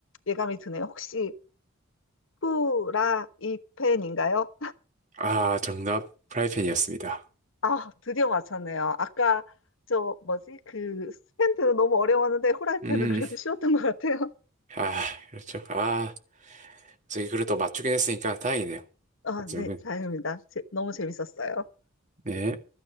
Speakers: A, on the left; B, on the right.
A: 예감이 드네요. 혹시 후라이팬인가요?
B: 아, 정답, 프라이팬이었습니다.
A: 아, 드디어 맞췄네요. 아까 저 뭐지? 그 스탠드는 너무 어려웠는데 후라이팬은
B: 음,
A: 그래도 쉬웠던 것 같아요.
B: 아, 그렇죠. 아. 저희 그래도 맞추긴 했으니까 다행이네요.
A: 아,
B: 박지영은.
A: 네, 다행입니다. 제- 너무 재밌었어요.
B: 네.